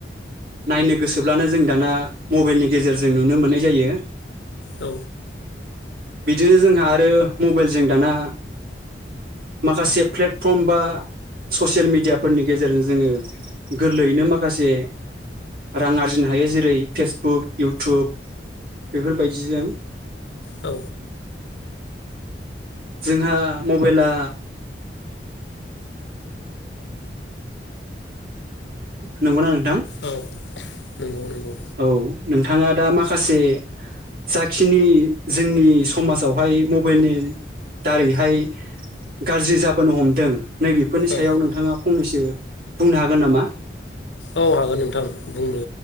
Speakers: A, on the right; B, on the left.
A: नायनो गोसोब्लानो जों दाना मबाइलनि गेजेरजों नुनो मोननाय जायो
B: औ
A: बिदिनो जोंहा आरो मबाइलजों दाना माखासे प्लेटफर्म बा ससियेल मिडियाफोरनि गेजेरजों जोंङो गोरलैयैनो माखा माखासे रां आरजिनो हायो जेरै फेसबुक इउटुब बेफोरबायदिजों
B: औ
A: जोंहा मबाइला नोंथां <unintelligible>
B: औ नंगौ नंगौ
A: औ नोंथाङा दा माखासे जाखिनि जोंनि समाजावहाय मबाइलनि दारैहाय गाज्रि जाबोनो हमदों नैबेफोरनि सायाव
B: औ
A: नोंथाङा फंनैसो बुंनो हागोन नामा
B: औ हागोन नोंथां बुंनो